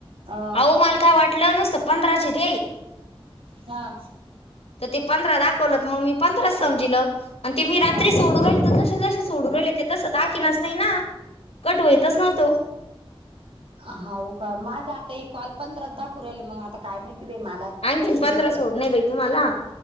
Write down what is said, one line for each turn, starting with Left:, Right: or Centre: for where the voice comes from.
Right: अ
Left: अहो माल काय वाटल नसत पंधराच आहेत हे.
Right: हा
Left: तर ते पंधरा दाखवलंत, मग मी पंधरा समजीलं आणि ते मी रात्री
Right: हा
Left: सोडून राहिली तर सोडू राहिलं ते तस दाखी नाच नाही ना, कट व्हयितच नव्हतो.
Right: हा होऊ का? माझ आता हे कॉल पंधरा दाखवु राहिले, मग आता काय माहिती बाई मला
Left: आनखीन
Right: किती
Left: पंधरा
Right: येत्या
Left: सोड नाही बा तुम्हाला.